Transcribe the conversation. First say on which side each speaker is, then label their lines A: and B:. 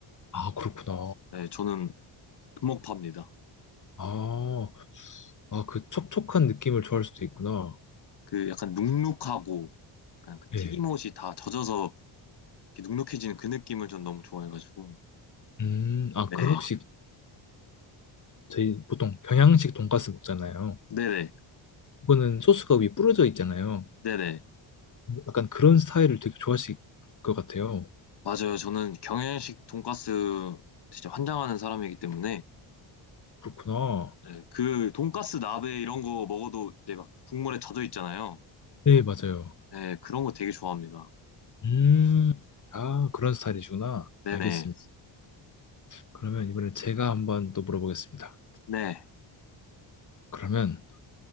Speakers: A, on the left; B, on the left.
A: 아, 그렇구나.
B: 네, 저는 부먹 팝니다.
A: 아, 아, 그 촉촉한 느낌을 좋아할 수도 있구나.
B: 그 약간 눅눅하고, 약간 그 튀김옷이
A: 예.
B: 다 젖어서 이렇게 눅눅해지는 그 느낌을 전 너무 좋아해가지고,
A: 음, 아,
B: 네.
A: 그럼 혹시 저희 보통 경양식 돈가스 먹잖아요.
B: 네네,
A: 그거는 소스가 위에 뿌려져 있잖아요.
B: 네네.
A: 약간 그런 스타일을 되게 좋아하실 것 같아요.
B: 맞아요. 저는 경양식 돈가스 진짜 환장하는 사람이기 때문에
A: 그렇구나.
B: 네, 그 돈가스 나베 이런 거 먹어도 이제 막 국물에 젖어 있잖아요.
A: 네, 맞아요.
B: 네, 그런 거 되게 좋아합니다.
A: 음, 아, 그런 스타일이시구나.
B: 네네.
A: 알겠습니다. 그러면 이번에 제가 한번 또 물어보겠습니다.
B: 네.
A: 그러면